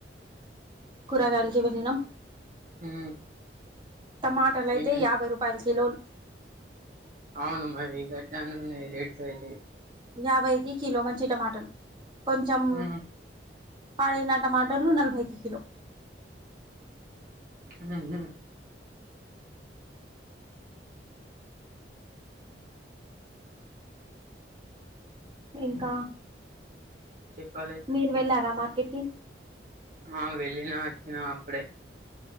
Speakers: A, on the right; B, on the right.
A: కురగాల్కి వెళ్ళినం.
B: మ్మ్
A: టమాటలు అయితే
B: ఏమేం
A: యాభై రూపాయలకి కిలోలు
B: అవును మరి గట్టిగానే ఉన్నాయి రేట్స్ అయితే
A: యాభైకి కిలో మంచి టమాటలు కొంచెం
B: మ్మ్
A: పాడేనా టమాటలు నలభైకి కిలో
B: ఉమ్ ఊ
A: ఇంకా
B: చెప్పాలి
A: మీరు వెళ్ళారా మార్కెట్కి?
B: ఆ వెళ్ళినా అచ్చిన అప్పుడే